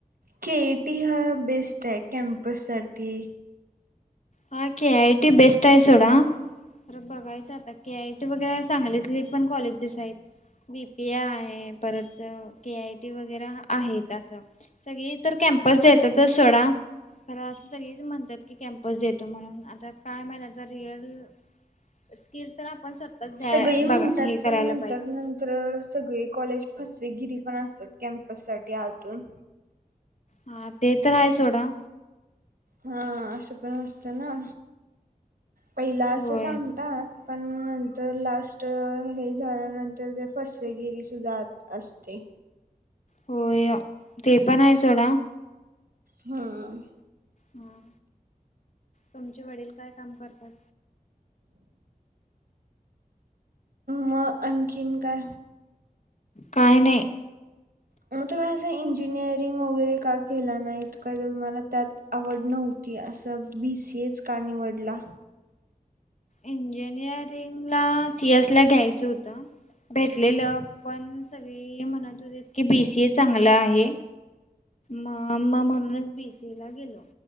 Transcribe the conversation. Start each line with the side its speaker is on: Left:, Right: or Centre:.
Right: केईटी हा बेस्ट आहे कॅम्पस साठी.
Left: हा के ऐ टी बेस्ट आहे सोडा. तर बघायचं आता के आय टी वगैरे चांगलीतले पण कॉलेजेस आहेत. बी पी ए आहे परत के आय टी वगैरे आहेत अस सगळी तर काय. म्हणात ते सोडा <unintelligible> येतो म्हणून आता काय माहि रिअल स्किल तर. स्वतःच द्या
Right: सगळी म्हणतात
Left: बघा हे करायला
Right: पण नंतर-नंतर
Left: पाहिजे
Right: सगळी कॉलेज फस. गिरी पण असतात कॅम्पस साठी आतून
Left: हा ते तर आहे सोडा
Right: हा असं पण असत ना पहिला
Left: होय
Right: असं सांगतात पण नर लास्ट हे झाल्यानंतर ते फसवेगिरी सुद्धा असते
Left: होय ते पण आहे सोडा
Right: हम
Left: हा तुमचे वडील काय काम करतात
Right: मग आणखीन का
Left: काही नाही
Right: मग तुम्ही असं इंजिनिअरिंग वगैरे का केला नाही काही तुम्हाला त्यात आवड नव्हती ती असं बीस हेच का निवडला
Left: इंजिनियरिंग ला सीएस ला घ्यायचं होतं भेटलेलं पण सगळी म्हणत होते की बीसीए चांगलं आहे मा्मा म्हणूनच बीसी ला गेलो